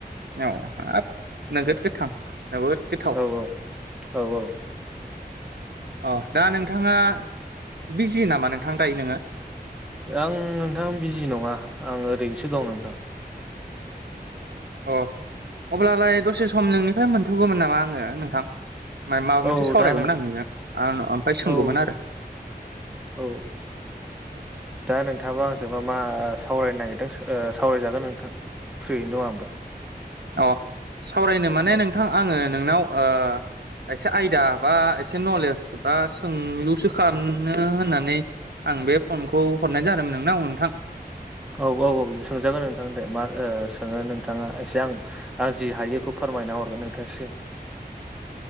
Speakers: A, on the right; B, in the centre.
A: औ हाब नोगोद
B: औ
A: गोथां नोगोद गोथाव।
B: औ औ औ।
A: अह दा नोंथाङा बिजि नामा नोंथां दायो नोङो?
B: आं नोंथां बिजि नङा आं ओरैनोसो दं नोंथां।
A: अ अब्लालाय दसे सम नोंनिफाय मोनथ'गौमोन नामा आङो नोंथां मा‌य माबा
B: औ
A: मोनसे सावरायगौमोन
B: दा नों
A: आं नोंजों आं ओमफाय सोंगौमोन
B: औ
A: आरो
B: औ दा नोंथाङाबा आंजोंबा मा सावरायनो नागिरदों ओ सावरायजागोन नोंथां फ्रियैनो दं आंबो।
A: अ सावरायनो माने
B: औ
A: नोंथां आङो नोंनाव ओ एसे आयदा बा एसे नलेज बा सोंलुसो खालामनो होननानै आं बे फनखौ हरनाय जादोंमोन नोंनाव नोंथां।
B: औ औ औ सोंजागोन नोंथां दे मा ओ सोङो नोंथाङा एसे आं आं जि हायो बेखौ फोर मायना हरगोन नोंथांसिम